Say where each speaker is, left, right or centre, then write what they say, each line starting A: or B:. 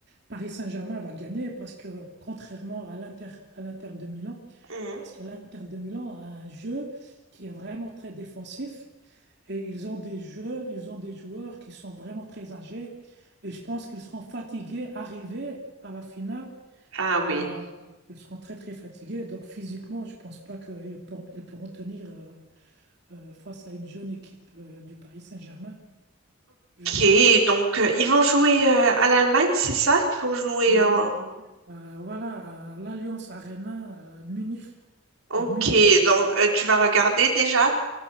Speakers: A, on the right; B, on the right.
A: Paris Saint-Germain va gagner parce que contrairement à l'Inter à l'Inter de Milan,
B: mhm.
A: parce que l'Inter de Milan a un jeu qui est vraiment très défensif et ils ont des jeux, ils ont des joueurs qui sont vraiment très âgés et je pense qu'ils seront fatigués arrivés à la finale
B: Ah oui.
A: ah, ils seront très très fatigués, donc physiquement, je ne pense pas qu'ils pour- ils pourront tenir euh, euh, face à une jeune équipe euh, du Paris Saint-Germain. Je-
B: Ok, donc euh, ils vont jouer euh, à l'Allemagne, c'est ça? Ils vont jouer
A: Ils
B: en...
A: vont jouer euh, voilà, à l'Alliance Arena à Munich,
B: Ok,
A: à Munich.
B: donc euh, tu vas regarder déjà?